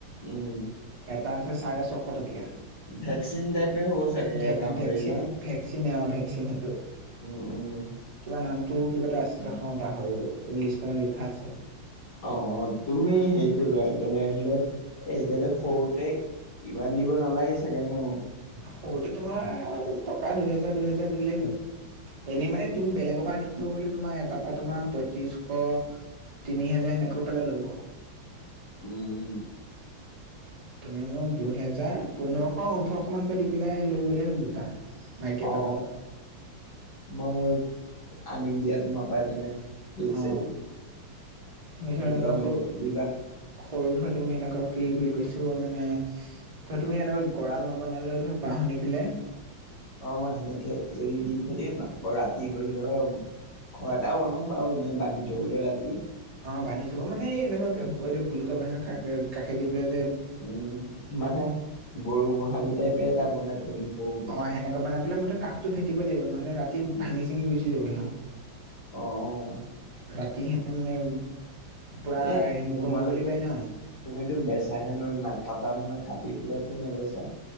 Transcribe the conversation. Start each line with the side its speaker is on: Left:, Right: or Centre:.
Left: উম'
Right: এটা আছে চাৰে ছশ টকীয়া
Left: ভেকচিন টাইপে হ'ব চাগে
Right: ভেক-ভেকচিন-ভেকচিনে
Left: গাহৰি ন
Right: অ ভেকচিন সেইটো
Left: উম উম।
Right: কিবা নামটো কিবা এটা আছিলে সম্ভৱ পাহৰিলো লিষ্টখনত লিখা আছে।
Left: অ অ তুমি হেৰি কৰিবা তেনেহলে এতিয়াতো সৰুতে ইমান দিব নালাগে চাগে ন
Right: সৰুতে তোমাৰ টকা দুহেজাৰ দুহেজাৰ দিলেই হ'ল এনেই মানে তুমি বেলেগৰ পৰা আনিলে গ'লে তোমাৰ এটাৰপা তোমাৰ পঁইত্ৰিছ শ তিনি হেজাৰ সেনেকে পেলাই ল'ব
Left: উম উম।
Right: তুমি মোক দুহেজাৰ, পোন্ধৰশ, ওঠৰশ মানকৈ দি পেলাই লৈ গলে হ'ল দুটা। মাইকী এটা
Left: অ
Right: মতা
Left: মই আনিম দিয়া তোমাৰ পাই তেনে ফিকচ
Right: অ
Left: এইটো
Right: তুমি ধৰা
Left: দুটা
Right: এনেকুৱা
Left: মোক
Right: সৰু
Left: দিবা
Right: সৰু ধৰা তুমি এনেকুৱা কি বুলি কৈছো মানে ধৰা তুমি এনেকুৱা গঁৰাল নবনালেও ধৰা বাহ <unintelligible>
Left: অ মই সেনেকে এৰি দি থৈ দিম, আকৌ ৰাতি হ'লে ধৰক ঘৰ এটা বনাম বাও, এনেই বান্ধি থবলৈ ৰাতি।
Right: অ বান্ধি থব মানে এই এনেকুৱা এইটো ভলুকা বাঁহৰ কাষে দি পেলায়
Left: উম মানে গৰু গোহালি টাইপে এটা বনাই থৈ দিম সৰুকে।
Right: অ সেনেকুৱা বনাই পেলাই মুঠতে কাষটো ভেটিবই লাগিব ন'হলে ৰাতি ভাঙি চিঙি গুচি যাব সিহঁত।
Left: অ'
Right: ৰাতি সিহঁতে মানে পুৰা
Left: এনে
Right: মুকলি
Left: তোমালোকে
Right: মুকলি পাই ন
Left: তুমিতো বেচাহে ন, নাকটা নহয়? কাটি পেলাইটো নেবেচা?